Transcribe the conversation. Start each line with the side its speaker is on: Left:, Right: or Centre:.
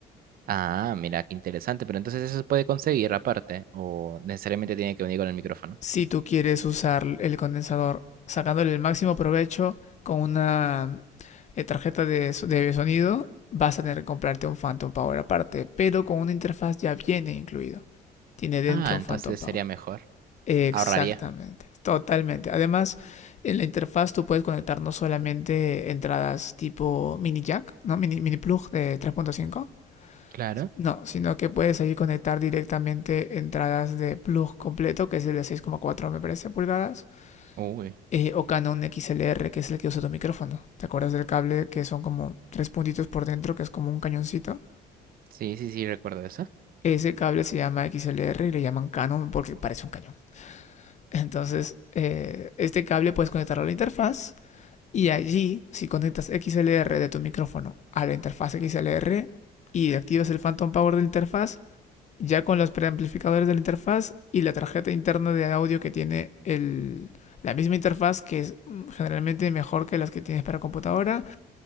Right: Ah, mira, qué interesante. Pero entonces eso se puede conseguir aparte o necesariamente tiene que venir con el micrófono.
Left: Si tú quieres usar el condensador sacándole el máximo provecho con una eh, tarjeta de, so-, de sonido, vas a tener que comprarte un Phantom Power aparte, pero con una interfaz ya viene incluido. tiene dentro
Right: Ah, entonces
Left: Phantom Power.
Right: sería mejor.
Left: Exactamente,
Right: Ahorraría.
Left: totalmente. Además, en la interfaz tú puedes conectar no solamente entradas tipo mini jack, ¿no? Mini, mini plug de tres punto cinco
Right: Claro.
Left: No, sino que puedes ahí conectar directamente entradas de plug completo, que es el de seis coma cuatro me parece pulgadas,
Right: Uy.
Left: eh, o Canon XLR, que es el que usa tu micrófono. ¿Te acuerdas del cable que son como tres puntitos por dentro, que es como un cañoncito?
Right: Sí, sí, sí, recuerdo eso.
Left: Ese cable se llama XLR y le llaman Canon porque parece un cañón. Entonces, eh, este cable puedes conectarlo a la interfaz y allí, si conectas XLR de tu micrófono a la interfaz XLR y activas el Phantom Power de la interfaz, ya con los preamplificadores de la interfaz y la tarjeta interna de audio que tiene el, la misma interfaz, que es generalmente mejor que las que tienes para computadora,